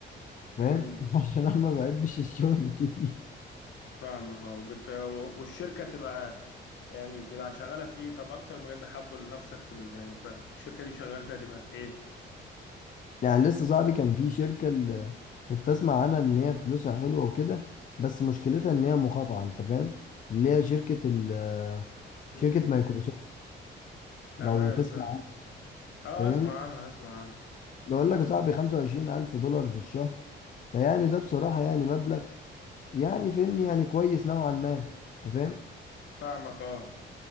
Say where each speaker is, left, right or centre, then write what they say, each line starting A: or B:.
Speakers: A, on the left; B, on the left.
A: فاهم
B: امم
A: <laughs> عشان انا ما بحبش الشغل الكتير
B: فاهمك اه وبت... و- والشركة تبقى يعني تبقى شغالة في ايه طب اكتر مجال بحبه لنفسك في ال... يعني تبقى الشركة دي شغال فيها تبقى في ايه
A: يعني لسه صاحبي كان في شركة اللي كنت اسمع عنها ان هي فلوسها حلوة وكده بس مشكلتها ان هي مقاطعة انت فاهم اللي هي شركة ال
B: امم
A: شركة مايكروسوفت
B: تمام
A: لو تسمع
B: فاهم
A: عنها،
B: اه
A: فاهمني
B: اسمع عنها اسمع عنها
A: بقول لك يا صاحبي 25000 ألف دولار في الشهر فيعني ده بصراحة يعني مبلغ يعني فاهمني يعني كويس نوعا ما انت فاهم
B: فاهمك اه